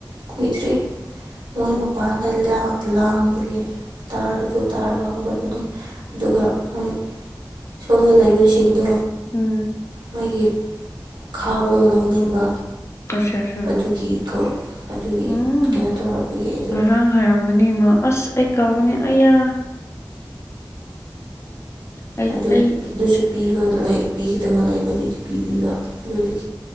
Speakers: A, on the right; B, on the left.
A: ꯀꯨꯏꯗ꯭ꯔꯤ ꯃꯣꯏ ꯃꯄꯥꯟꯗ ꯂꯥ ꯂꯥꯡꯕꯒꯤ ꯇꯥꯔ ꯑꯗꯨ ꯇꯥꯔꯒ ꯍꯧꯒꯠꯕꯅꯤ ꯑꯗꯨꯒ ꯃꯣꯏ ꯁꯣꯝꯗ ꯂꯩꯕꯁꯤꯡꯗꯣ
B: ꯎꯝ
A: ꯃꯣꯏꯒꯤ ꯈꯥꯎꯗꯣ ꯂꯧꯅꯤꯡꯕ
B: ꯑꯁꯥ ꯁꯥ
A: ꯑꯗꯨꯒꯤ ꯀꯣ ꯑꯗꯨꯒꯤ
B: ꯎꯝ
A: ꯀꯩꯅꯣ ꯇꯧꯔꯛꯄꯒꯤ ꯑꯩꯗꯣ
B: ꯉꯔꯥꯡ ꯍꯥꯏꯔꯝꯕ ꯅꯤ ꯃ ꯑꯁ ꯑꯩ ꯀꯥꯎꯕꯅꯤ ꯑꯩꯌꯥ ꯑꯩ
A: ꯑꯗꯨ
B: ꯑꯩ
A: ꯑꯗꯨꯁꯨ ꯄꯤꯕ ꯄꯤꯒꯗꯕ ꯂꯩꯕ ꯑꯗꯨꯒꯤ ꯄꯤꯕꯤꯕ ꯑꯗꯨꯗꯒꯤ